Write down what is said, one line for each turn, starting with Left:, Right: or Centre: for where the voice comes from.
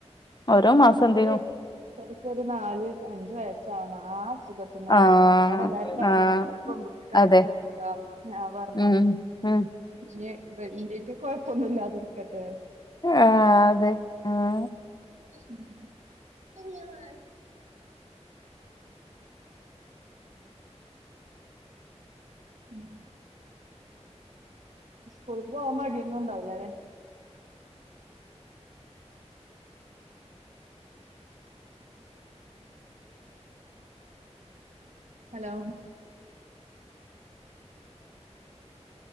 Left: ഓരോ മാസം എന്തേലും
Right: ഒരു ശരിക്കൊരു നാല് അഞ്ച് വയസ്സാവണം ആഹ് സുഖത്തൊന്ന്
Left: ആഹ്
Right: മാറാൻ എന്നോട് എല്ലാരും പറഞ്ഞു
Left: ആഹ്
Right: ഒരു പെൺകുട്ടിയക്കായിട്ട്
Left: അതെ
Right: നിർത്ത ഞാൻ പറഞ്ഞു
Left: ഉം ഉം
Right: ഇഞ്ഞി വെ വീട്ടി കൊഴപ്പൊന്നുമില്ലാതിരിക്കട്ടെ
Left: ആഹ് അതെ ആഹ്
Right: <unintelligible> ഉം സ്കൂള്ക്ക് പോവാൻ മടിയൊന്നുംണ്ടാവില്ലല്ലേ ഹലോ